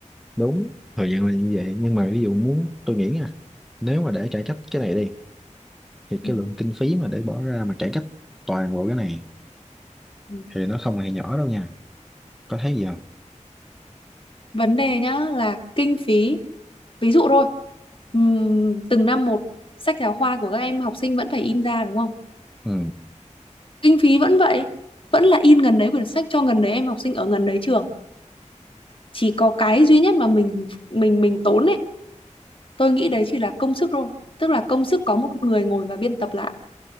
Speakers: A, in the centre; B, on the left (about 45°).
A: đúng thời gian là như vậy nhưng mà ví dụ muốn tôi nghĩ nha nếu mà để cải cách cái này đi thì cái
B: Ừ.
A: lượng kinh phí mà để bỏ ra mà cải cách toàn bộ cái này
B: Ừ.
A: thì nó không hề nhỏ đâu nha có thấy gì không
B: vấn đề nhá là kinh phí ví dụ thôi ừm, từng năm một sách giáo khoa của các em học sinh vẫn phải in ra đúng không
A: ừ
B: kinh phí vẫn vậy vẫn là in gần đấy quyển sách cho gần đấy em học sinh ở gần đấy trường chỉ có cái duy nhất mà mình mình mình tốn ấy tôi nghĩ đấy chỉ là công sức thôi tức là công sức có một người ngồi và biên tập lại